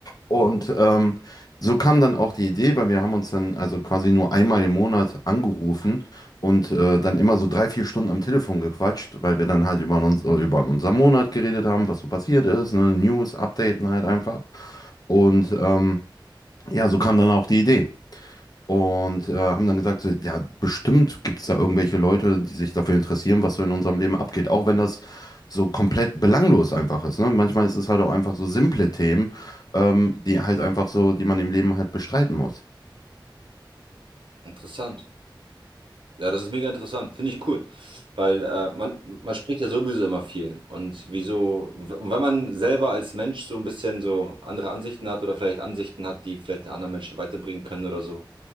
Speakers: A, on the left; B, on the right.
A: Und ähm, so kam dann auch die Idee, weil wir haben uns dann also quasi nur einmal im Monat angerufen und äh, dann immer so drei, vier Stunden am Telefon gequatscht, weil wir dann halt über, uns, äh, über unseren Monat geredet haben, was so passiert ist, ne? News, Updaten halt einfach. Und
B: Mhm.
A: ähm, ja, so kam dann auch die Idee. Und äh, haben dann gesagt, so, ja, bestimmt gibt es da irgendwelche Leute, die sich dafür interessieren, was so in unserem Leben abgeht. Auch wenn das so komplett belanglos einfach ist. Ne? Manchmal ist es halt auch einfach so simple Themen, ähm, die halt einfach so, die man im Leben halt bestreiten muss.
B: Interessant. Ja, das ist mega interessant. Finde ich cool. Weil äh, man, man spricht ja sowieso immer viel. Und wieso, w- und wenn man selber als Mensch so ein bisschen so andere Ansichten hat oder vielleicht Ansichten hat, die vielleicht anderen Menschen weiterbringen können oder so,